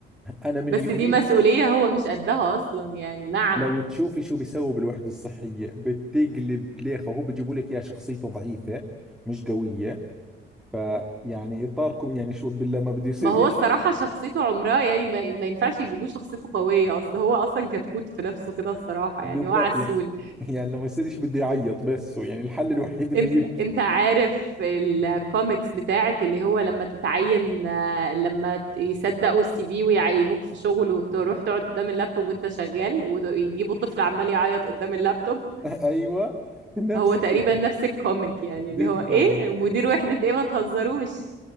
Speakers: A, in the centre; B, on the right (about 65°).
A: انا من
B: بس
A: يوميها
B: دي مسؤولية هو مش قدها أصلا يعني نعم
A: لو تشوفي شو بيسووا بالوحدة الصحية بتقلب ليخة هو بيجيبوا لك يا شخصيته ضعيفة مش قوية فيعني إطاركم يعني شو بال- لما بده يصير
B: ما هو
A: إشي
B: الصراحة شخصيته عمرها يعني ما, ما ينفعش يجيبوه شخصيته قوية أصل هو أصلا كتكوت في نفسه كده الصراحة
A: بالضبط
B: يعني هو عسول
A: يعني, يعني لما يصير إشي بده يعيط بس هو يعني الحل الوحيد إنه
B: أنت
A: يبكي
B: أنت عارف الكوميكس بتاعت اللي هو لما تتعين آه، لما ت- يصدقوا السي في ويعينوك في شغل وتروح تقعد قدام اللابتوب وأنت شغال ويجيبوا طفل عمال يعيط قدام اللابتوب
A: <laughs> أيوة نفس
B: هو تقريبا
A: الإشي
B: نفس الكوميك يعني
A: بالضبط
B: اللي هو إيه مدير وحدة إيه ما تهزروش